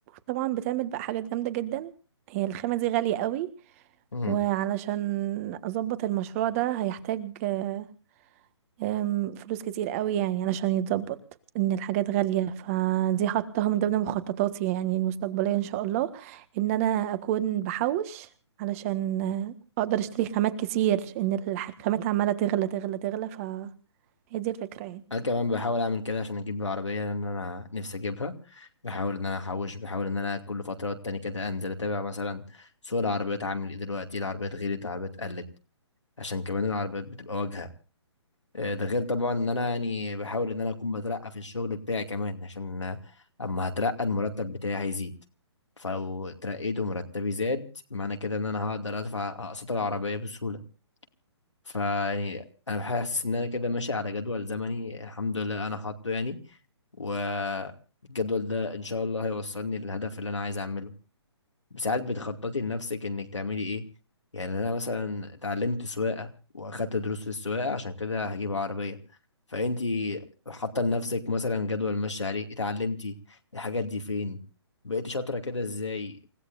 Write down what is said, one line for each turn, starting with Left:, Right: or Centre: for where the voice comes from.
Right: طبعا بتعمل بقى حاجات جامدة جدا هي الخامة دي غالية قوي
Left: مم.
Right: وعلشان أظبط المشروع ده هيحتاج آه، أم، فلوس كتير قوي يعني علشان يتظبط ان الحاجات غالية فدي حطها من ضمن مخططاتي يعني المستقبلية ان شاء الله ان انا اكون بحوش علشان آه، اقدر اشتري خامات كتير ان الح- الخامات عمالة تغلى تغلى تغلى فهي دي الفكرة يعني
Left: أنا كمان بحاول أعمل كده عشان أجيب العربية لأن أنا نفسي أجيبها بحاول إن أنا أحوش بحاول إن أنا كل فترة والتانية كده أنزل أتابع مثلا سوق العربيات عامل إيه دلوقتي العربيات غليت العربيات قلت عشان كمان العربيات بتبقى واجهة آه، ده غير طبعا إن أنا يعني بحاول إن أنا أكون بترقى في الشغل بتاعي كمان عشان آه، أما هترقى المرتب بتاعي هيزيد فلو اترقيت ومرتبي زاد معنى كده إن أنا هقدر أدفع أقساط العربية بسهولة فيعني انا حاسس ان انا كده ماشي على جدول زمني الحمد لله انا حاطه يعني والجدول ده ان شاء الله هيوصلني للهدف اللي انا عايز اعمله ساعات بتخططي لنفسك انك تعملي ايه يعني انا مثلا اتعلمت سواقه واخدت دروس في السواقه عشان كده هجيب عربيه فانتي حاطه لنفسك مثلا جدول ماشي عليه اتعلمتي الحاجات دي فين بقيتي شاطره كده ازاي